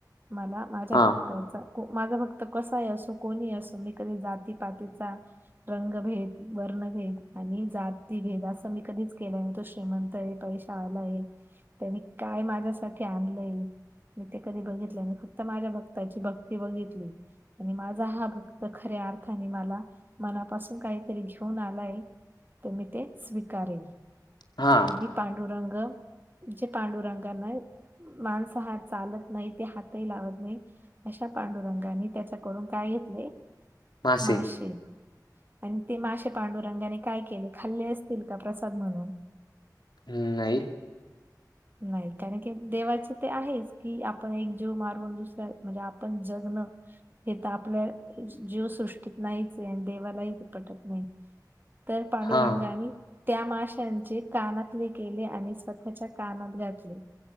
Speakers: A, on the right; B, on the left.
A: मला माझ्या
B: हां,
A: भक त्या माझा फक्त कसा आहे असो कोणी असो मी कधी जातीपातीचा रंगभेद, वर्णभेद आणि जाती भेद असं मी कधीच केला नवतो श्रीमंत हे पैश वालाय त्यांनी काय माझ्यासाठी आणलंय मी ते कधी बघितलं नाही फक्त माझ्या भक्ताची भक्ती बघितली आणि माझा हा भक्त खऱ्या अर्थाने मला मनापासून काहीतरी घेऊन आलाय तर मी ते स्वीकारेल
B: हा
A: आणि पांडुरंग जे पांडुरंगान मांसाहार चालत नाही ते हातही लावत नाही अशा पांडुरंगानी त्याच्याकडून काय घेतले
B: मासे.
A: माशे आणि ते मासेे पांडुरंगाने काय केले खाल्ले असतील का प्रसाद म्हणून
B: हम्म नाही
A: नाही कारण की देवाचे ते आहेच की आपण एक जीव मारून दुसऱ्या म्हणजे आपण जगणं हे तर आपल्या जीवसृष्टीत नाहीच आहे आणि देवालाही ते पटत नाही तर पांडुरंगाने
B: हां.
A: त्या माशांचे कानातले केले आणि स्वतःच्या कानात घातले